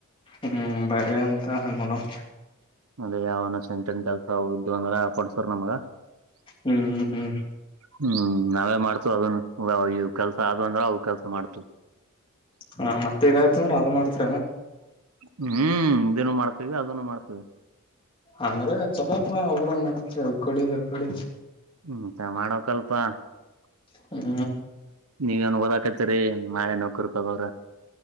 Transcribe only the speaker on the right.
ಅಲ್ಲಿ ಯಾವನ ಸೆಂಟನ್ ಕೆಲ್ಸ ಇದು ಅಂದ್ರ ಕೊಡ್ಸರ್ ನಮಗ
ಹ್ಮ್ ನಾವೇ ಮಾಡ್ತು ಅದನ್ ಇವ್ ಕೆಲ್ಸ ಆದ ಅಂದ್ರ ಅವ ಕೆಲ್ಸ ಮಾಡ್ತು
ಹ್ಮ್ ನಿ್ದಿನ ಮಾಡ್ತೇವಿ ಅದನ್ನು ಮಾಡ್ತೇವಿ
<unintelligible>
ನೀಗನ್ ಓದಾ ಕಟ್ಟ ತ್ರಿ ಮಳೆ ನೋಕರ್ಪಾಗ ಅವ್ರ